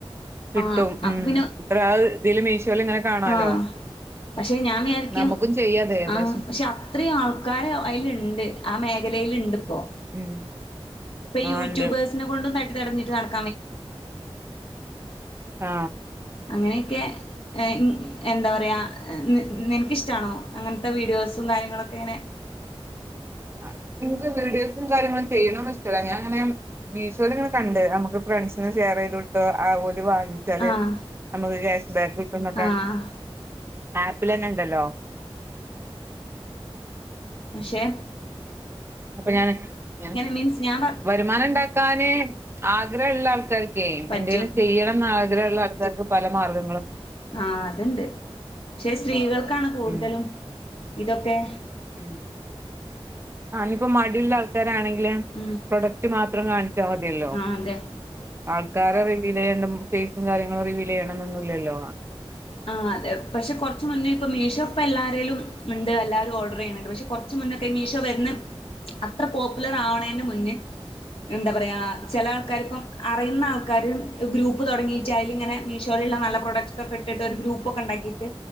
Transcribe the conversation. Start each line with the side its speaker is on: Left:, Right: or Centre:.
Right: കിട്ടും
Left: ആ അപ്പൊ
Right: ഉം
Left: പിന്നെ
Right: ഇത്ര ഇതില് മീഷോല് ഇങ്ങനെ കാണാലോ
Left: ആ പക്ഷേ ഞാൻ വിചാരിക്കും
Right: നമുക്കും ചെയ്യാതെ
Left: ആ
Right: പക്ഷെ
Left: പക്ഷേ അത്രിം ആൾക്കാര് അയ്ല്ണ്ട് ആ മേഖലയില്ണ്ട് പ്പൊ
Right: ഉം
Left: ഇപ്പോ
Right: ആ
Left: യൂട്യൂബേർസ്നെകൊണ്ട്
Right: ഉണ്ട്
Left: നെട് ത്തടഞ്ഞിട്ട് നട
Right: ആ
Left: അങ്ങനെയൊക്കെ എ എന്താ പറയാ നിൻക്കിഷ്ട്ടാണോ അങ്ങൻത്തെ വീഡിയോസും കാര്യങ്ങളൊക്കെ ഇങ്ങനെ
Right: ആ ഇൻക്ക് വീഡിയോസും കാര്യങ്ങളും ചെയ്യണോന്നും ഇഷ്ടല്ല ഞാൻ ഇങ്ങനെ മീഷോയിൽ ഇങ്ങനെ കണ്ട് നമ്മക്ക് ഫ്രണ്ട്സിന് ഷെയർ ചെയ്ത് കൊട്ത്ത് ആ ഓ ഇത് വാങ്ങിച്ചാല്
Left: ആഹ്
Right: നമ്മക്ക് ക്യാഷ്ബാക്ക് കിട്ടുന്നൊക്കെ
Left: ആഹ്
Right: ആപ്പിലെന്നെ ഇണ്ടല്ലോ
Left: പക്ഷേ
Right: അപ്പോ ഞാൻ ഞന്
Left: മീൻസ് ഞാൻ പ
Right: വരുമാനം ഇണ്ടാക്കാന് ആഗ്രഹള്ള ആൾക്കാര് ക്കേ
Left: പറ്റും
Right: എന്തേലും ചെയ്യണംന്നാ ഗ്രഹള്ള ആൾക്കാർക്ക് പല മാർഗ
Left: ആ അത്ണ്ട് പക്ഷെ സ്ത്രീകൾക്കാണ് കൂടുതലും
Right: ഉം
Left: ഇതൊക്കെ
Right: ഉം ആ ഇനിപ്പോ മടിയുള്ള ആൾക്കാരാണെങ്കില്
Left: ഉം
Right: പ്രൊഡക്റ്റ് മാ ത്രം വാങ്ങി ച്ചാ മതിയല്ലോ
Left: ആഹ് അതെ
Right: ആൾക്കാരെ റിവീലെയ്യാണ്ട് ഫേസും കാര്യങ്ങള് റിവീലെയ്യണമെന്നൊന്നില്ലല്ലോ
Left: ആ അതെ പക്ഷെ കൊറച്ച് മുന്നേ ഇപ്പ മീഷോ ഇപ്പ എല്ലാരേലും ഇണ്ട് എല്ലാരും ഓർഡർ ചെയ്യണിണ്ട് പക്ഷെ കൊറച്ച് മുന്നെ മീഷോ വരുന്ന അത്ര പോപ്പുലറാവണേനു മുന്നെ എന്താ പറയാ ചെല ആൾക്കാര് ഇപ്പം അറിയുന്ന ആൾക്കാര് ഗ്രൂപ്പ് തൊടങ്ങിട്ട് അയിലിങ്ങനെ മീഷോയിലുള്ള നല്ല പ്രോഡക്റ്റ് ഒക്കെ ഇ ട്ടിട്ട് ഒരു ഗ്രൂപ്പൊക്കെ ഇണ്ടാക്കിയിട്ട്